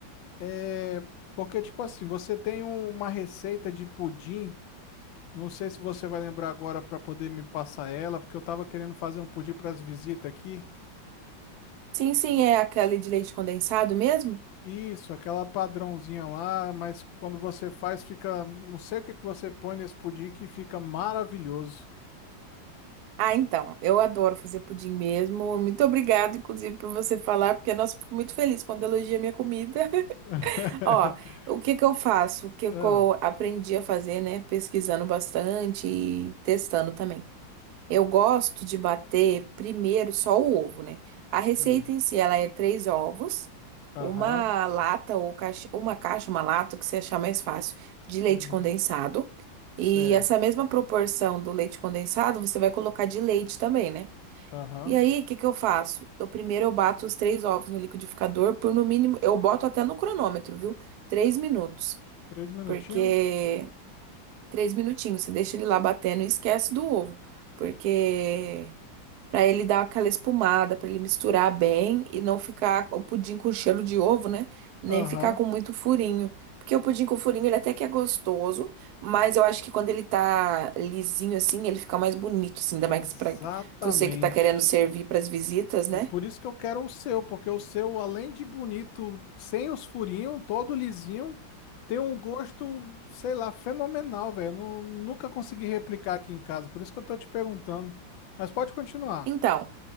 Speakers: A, on the left; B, on the right.
A: É, porque, tipo assim, você tem um- uma receita de pudim, não sei se você vai lembrar agora para poder me passar ela, porque eu tava querendo fazer um pudim para as visitas aqui.
B: Sim, sim, é aquela de leite condensado mesmo?
A: Isso, aquela padrãozinha lá, mas quando você faz, fica. Não sei o que que você põe nesse pudim que fica maravilhoso.
B: Ah, então, eu adoro fazer pudim mesmo. Muito obrigada, inclusive, por você falar, porque, nossa, eu fico muito feliz quando elogia minha comida. <laughs>
A: <laughs>
B: Ó, o que que eu faço? O que
A: Ah,
B: que eu aprendi a fazer, né? Pesquisando bastante e testando também. Eu gosto de bater primeiro só o ovo, né? A
A: sim.
B: receita em si, ela é três ovos,
A: Aham.
B: uma lata ou caixa, uma caixa, uma lata, o que você achar mais fácil, de leite
A: Uhum.
B: condensado.
A: Certo.
B: E essa mesma proporção do leite condensado, você vai colocar de leite também, né?
A: Aham.
B: E aí, o que que eu faço? Eu primeiro eu bato os três ovos no liquidificador por no mínimo, eu boto até no cronômetro, viu? Três minutos,
A: Três minutinhos?
B: porque três minutinhos, você deixa ele lá batendo e esquece do ovo, porque Pra ele dar aquela espumada, pra ele misturar bem e não ficar o pudim com cheiro de ovo, né? Nem
A: Aham.
B: ficar com muito furinho. Porque o pudim com furinho, ele até que é gostoso, mas eu acho que quando ele tá lisinho assim, ele fica mais bonito, assim, ainda
A: Exatamente.
B: mais pra você que tá querendo servir pras visitas,
A: É
B: né?
A: por isso que eu quero o seu, porque o seu, além de bonito, sem os furinhos, todo lisinho, tem um gosto, sei lá, fenomenal, velho. Eu Nu- Nunca consegui replicar aqui em casa, por isso que eu tô te perguntando. Mas pode continuar.
B: Então,